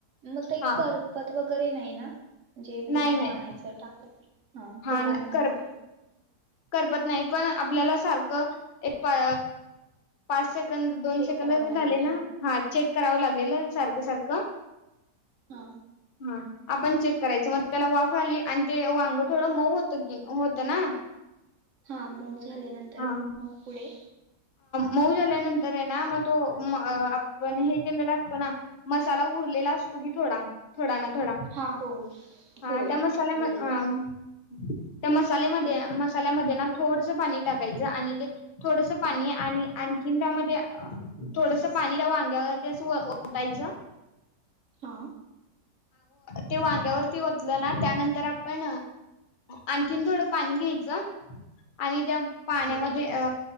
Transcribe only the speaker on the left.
हा
नाही
नाही
नाही कर
करपत नाही पण आपल्याला सारखं एक पा च सेकंद दोन
सेकंद
असे
झाले ना हा चेक करावं लागेल. सारखं सारखं.
हा आपण चे करायच मग त्याला वाफ आली आणि ते वांग थोडं मऊ होत की होतं ना
हा
मऊ झाल्यानंतर आहे ना मग तो आपण हे केलेला असतो ना मसाला उरलेला असतो की थोडा थोडा ना थोडा
हा
त्या मासाल्याम
हं
त्या मसाल्यामध्ये मसाल्यामध्ये ना थोडंसं पाणी टाकायचं आणि ते. थोडंसं पाणी आणि आणखी त्यामध्य. थोडंसं पाणी त्या वांग्यावर ते असं ओ ओतायचं.
ते वांग्यावरती ओतलना त्यानंतर आपण आणखीन थोडं पाणी घ्यायचं आणि त्या पाण्यामध्ये
अ